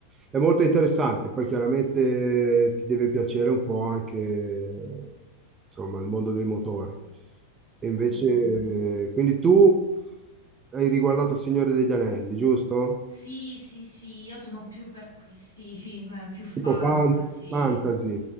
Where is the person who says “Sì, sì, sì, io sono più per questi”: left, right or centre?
Right